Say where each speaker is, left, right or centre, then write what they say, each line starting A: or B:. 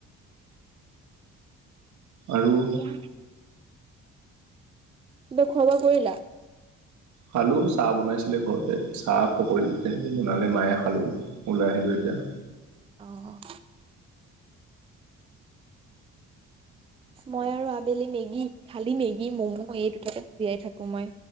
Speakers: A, on the right; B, on the right.
A: আৰু
B: কিবা কিন্তু খোৱা বোৱা কৰিলা
A: খালো চাহ বনাইছিলে ঘৰতে চাহ পকৰি তেনেকে বনালে মায়ে খালো ওলাই আহিলো এয়া দিয়া।
B: আহ মই আৰু আবেলি মেগী খালি মেগী মমো এই দুটাকে জীয়াই থাকো মই